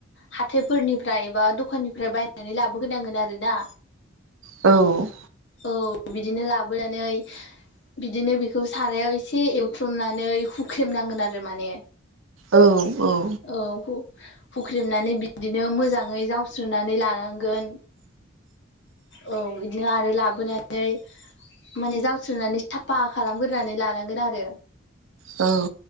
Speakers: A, on the left (about 60°); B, on the right (about 80°).
A: हाथायफोरनिफ्राय बा दखाननिफ्राय बायनानै लाबोगोरनांगोन आरोना।
B: औ
A: औ बिदिनो लाबोनानै बिदिनो बेखौ सारायाव एसे एवथ्रमनानै हुख्रेमनांगोन आरो माने।
B: औ औ
A: औ हु-हुख्रेमनानै बिदिनो मोजाङै जावस्रोनानै लानांगोन। औ इदि आरो लाबोना नै माने जावस्रोनानै साफा खालामगोरनानै लानांगोन आरो।
B: औ